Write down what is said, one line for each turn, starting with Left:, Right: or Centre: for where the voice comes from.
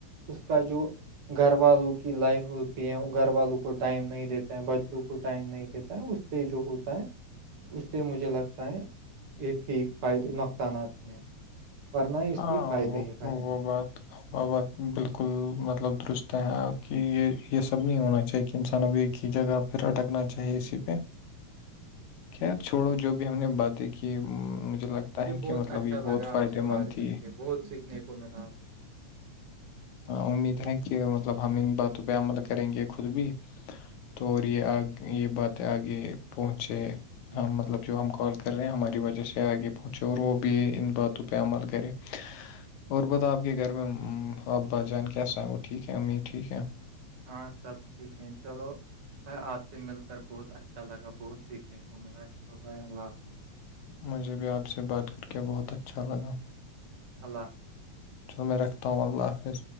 Right: اس کا جو گھر والوں کی لائف ہوتی ہے گھر والوں کو ٹائم نہیں دیتا ہے بچوں کو ٹائم نہیں دیتا ہے اس سے جو ہوتا ہے اس سے مجھے لگتا ہے یہ ٹھیک فائد نقصانات ہیں ورنہ اس
Left: ہاں
Right: کے فائدے
Left: وہ
Right: ہی فائدے ہیں۔
Left: وہ بات وہ بات بالکل مطلب درست ہے کہ یہ یہ سب نہیں ہونا چاہیے کہ انسان ابھی ایک ہی جگہ پھر اٹکنا چاہیے اسی پہ خیر چھوڑو جو بھی بھی ہم نے باتیں کہ مجھے لگتا
Right: مجھے
Left: ہے
Right: بہت
Left: کہ مطلب
Right: اچھا
Left: یہ
Right: لگا
Left: بہت فائدے
Right: آپ سے بات
Left: مند تھی
Right: کر کے بہت سیکھنے کو ملا
Left: ہاں امید ہے کہ مطلب ہم ان باتوں پہ عمل کریں گے خود بھی تو
Right: ان
Left: یہ آ یہ باتیں آگے پہنچے ہم
Right: شاء
Left: مطلب
Right: اللہ
Left: جو ہم کال کر رہے ہیں ہماری وجہ سے آگے پہنچے اور وہ بھی ان باتوں پہ عمل کرے اور بتا آپ کے گھر میں ابا جان کیسا ہے وہ ٹھیک ہے امیر ٹھیک ہے
Right: ہاں سب ٹھیک ہے چلو بھائی آپ سے مل کر بہت اچھا لگا بہت سیکھنے کو ملا چلو بھائی اللہ حفظ
Left: مجھے بھی آپ سے بات کر کے بہت اچھا لگا
Right: اللہ
Left: چلو میں رکھتا ہوں اللہ حافظ